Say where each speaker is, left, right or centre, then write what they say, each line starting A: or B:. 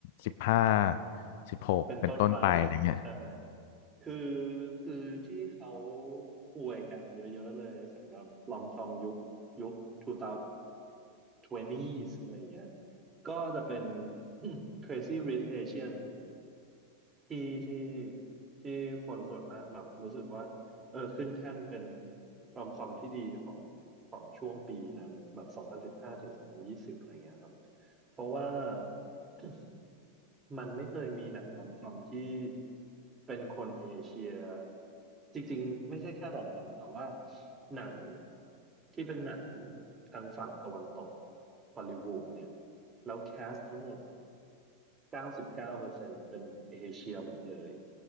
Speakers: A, on the left; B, on the right.
A: สิบห้าสิบหกเป็นต้นไปอะไรเงี้ย
B: เป็นต้นไปใช่ไหมคือคือที่เขาอวยกันเยอะๆเลยสำหรับลอมคอมยุคยุค 2020s องพันยี่สิบอะไรอย่างเงี้ยก็จะเป็น <coughs> <clears throat> Crazy Rich Asian ที่ที่ที่คนส่วนมากแบบรู้สึกว่าเออขึ้นแท่นเป็นรอมคอมที่ดีของของช่วงปีนั้นแบบสองพันสิบห้าถึงสองพันยี่สิบอะไรเงี้ยครับเพราะว่า <coughs> มันไม่เคยมีหนังรอมคอมที่เป็นคนเอเชียจริงๆไม่ใช่แค่รอมคอมแต่ว่าหนังที่เป็นหนังทางฝั่งตะวันตกฮอลลีวูดเนี่ยแล้วแคสทั้งหมด99%เก้าเปอร์เซ็นต์เป็นเอเชียหมดเลย